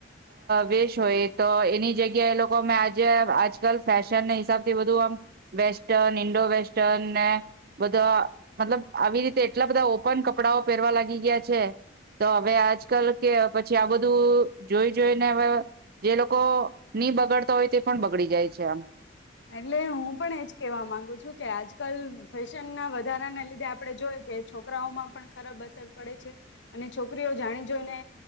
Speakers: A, on the right (about 50°); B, on the left (about 70°).
A: વેશ હોય તો એની જગ્યા એ લોકો અમે આજે આજકાલ ફેશન ના હિસાબ થી બધું આમ વેસ્ટર્ન ઈન્ડો વેસ્ટર્ન ને બધા મતલબ આવી રીતે એટલા બધા ઓપન કપડાઓ પહેરવા લાગી ગયા છે તો હવે આજકાલ કે પછી આ બધું તો જોઈ જોઈને હવે જે લોકો નહી બગાડતા હોય તે પણ બગડી જાય છે આમ
B: એટલે હું પણ એજ કેવા માંગુ છું કે આજકાલ ફેશન ના વધારાના લીધે આપડણે જોય કે છોકરાઓમાં પણ ખરાબ અસર પડે છે અને છોકરીઓ જાણી જોઈને